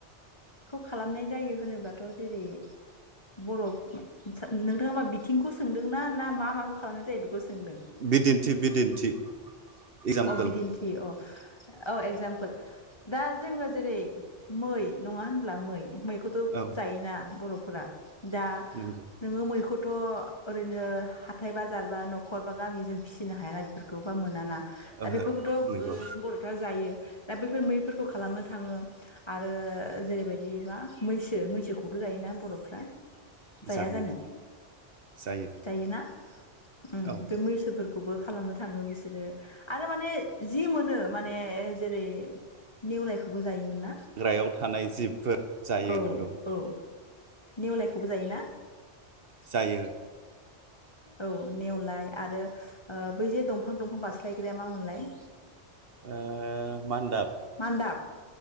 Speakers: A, on the left; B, on the right.
A: खौ खालामनाय जायो होनोब्लाथ' जेरै बर' नोंथाङा मा बिथिंखौ सोंदों ना ना मा माखौ खालामनाय जायो बेखौ सोंदों
B: बिदिन्थि बिदिन्थि एगजामपोल
A: अ बिदिन्थियो औ औ एक्जामपोल दा जोङो जेरै मै नङा होनब्ला मै मैखौ थ'
B: औ
A: जायोना बर'फोरा दा
B: नंगौ
A: नोङो मैखौथ' ओरैनो हाथाय बाजार बा नखर बा गामिजों फिसिनो हायाना बेफोरखौबा मोनाना दा
B: ओहो
A: बेफोरखौथ' ओ
B: नंगौ
A: बर'फ्रा जायो दा बैफोर मैफोरखौ खालामनो थाङो आरो जेरैबायदि मा मैसो मैसोखौथ' जायोना बर'फ्रा जाया
B: जायो
A: जानो
B: जायो
A: जायोना ओ
B: औ
A: बे मैसोफोर खौबो खालामनो थाङो बिसोरो आरो माने जि मोनो माने जेरै नेवलायखौबो जायोमोन ना
B: हाग्रायाव थानाय जिबफोर जायो
A: औ
B: नंगौ
A: औ नेवलायखौबो जायोना
B: जायो
A: औ नेवलाय आरो ओ बै जे दंफां दंफां बास्ला यग्राया मामोनलाय?
B: ओ मान्दाब
A: मान्दाब